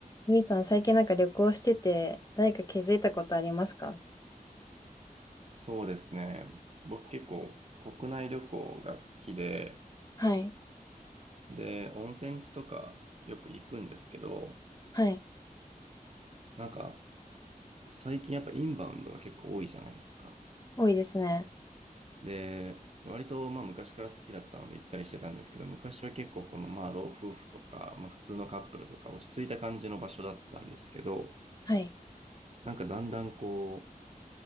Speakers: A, on the left (about 25°); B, on the right (about 45°).
A: みーさん、最近なんか旅行してて、何か気づいたことありますか
B: そうですね。僕結構国内旅行が好きで、
A: はい。
B: で、温泉地とかよく行くんですけど、
A: はい。
B: なんか最近やっぱインバウンドが結構多いじゃないですか。
A: 多いですね。
B: で、割とまあ昔から好きだったので行ったりしてたんですけど、昔は結構このまあ老夫婦とか、まあ普通のカップルとか落ち着いた感じの場所だったんですけど、
A: はい。
B: なんかだんだんこう、